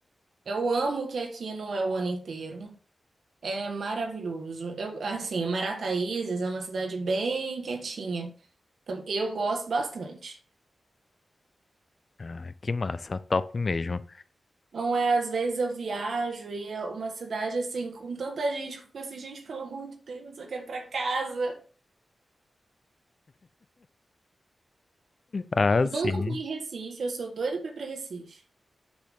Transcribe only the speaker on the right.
Eu amo que aqui não é o ano inteiro. É maravilhoso. Eu, assim, Marataízes é uma cidade bem quietinha. Então, eu gosto bastante.
Não é, às vezes eu viajo e é uma cidade assim, com tanta gente, eu fico assim, gente, pelo amor de Deus, eu quero ir pra casa.
Nunca fui em Recife, eu sou doida pra ir pra Recife.